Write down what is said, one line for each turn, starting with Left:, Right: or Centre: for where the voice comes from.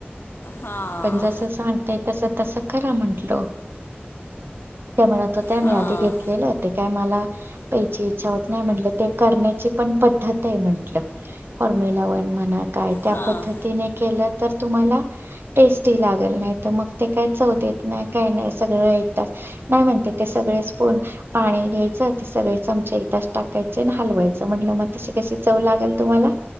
Left: हां
Right: पण जस सांगताय तस तस खरा म्हंटलो त्या म्हणत होत्या मी
Left: हां
Right: आधी घेतलेलं ते काय मला प्यायची इच्छा होत नाही म्हटलं ते करण्याची पण पद्धत आहे म्हंटलं फॉर्म्युला वन म्हणा काय त्या
Left: हां
Right: पद्धतीने केलं तर तुम्हाला टेस्टी लागल नाही तर मग ते काय चव देत नाही काय नाही सगळं एक त नाही म्हणते ते सगळेच पोण पाणी घ्यायचं ते सगळे चमचे इथच टाकायचे आणि हलवायचं म्हणज <unintelligible> तशी कशी चव लागल तुम्हाला